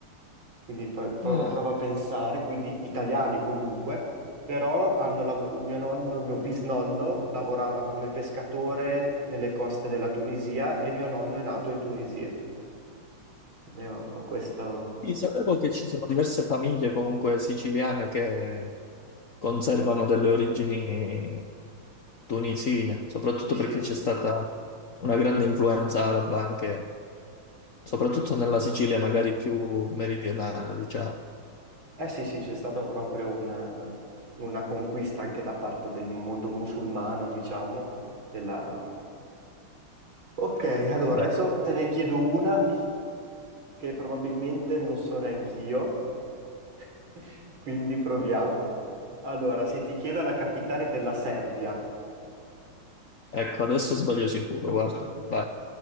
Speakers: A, on the right (about 65°); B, on the left (about 50°).
A: quindi pro- pro-
B: Ah,
A: prova a pensare, quindi italiani comunque, però hanno lav- il mio nonno, il mio bisnonno lavorava come pescatore nelle coste della Tunisia e mio nonno è nato in Tunisia. Ne ho ho questo.
B: sì, sapevo che ci sono diverse famiglie comunque siciliane che conservano delle origini tunisine, soprattutto
A: Sì, sì.
B: perché c'è stata una grande influenza araba anche soprattutto nella Sicilia magari più meridionale, diciamo.
A: Eh sì, sì, c'è stata proprio una, una conquista anche da parte del mondo musulmano, diciamo, della... Ok, allora
B: Beh,
A: adesso te ne chiedo una che probabilmente non so neanch'io, <laughs> quindi proviamo. Allora, se ti chiedo la capitale della Serbia,
B: Ecco, adesso sbaglio sicuro,
A: <laughs>
B: guarda. Vai.